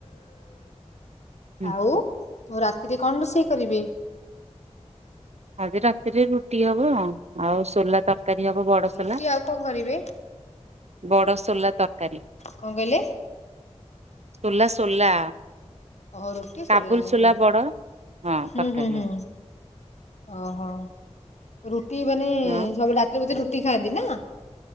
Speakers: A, on the right (about 65°); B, on the left (about 70°).
A: ହୁଁ ହୁଁ।
B: ଆଉ ଆଉ ରାତିରେ କଣ ରୋଷେଇ କରିବେ?
A: ଆଜି ରାତିରେ ରୁଟି ହବ ଆଉ ସୋଲା ତରକାରୀ ହବ ବଡସୋଲା
B: ରୁଟି ଆଉ କଣ କରିବେ
A: ବଡସୋଲା ତରକାରୀ।
B: କଣ କହିଲେ?
A: ସୋଲା ସୋଲା।
B: ଓହୋ ରୁଟି ସୋଲା
A: କାବୁଲ
B: ଓହୋ
A: ବଡ ହଁ
B: ହୁଁ
A: ତରକାରୀ
B: ହୁଁ ହୁଁ।
A: ହବ
B: ଓହୋ। ରୁଟି ମାନେ
A: ହଁ ହଁ
B: ସବୁ ରାତିରେ ବୋଧେ ରୁଟି ଖାଆନ୍ତି ନା?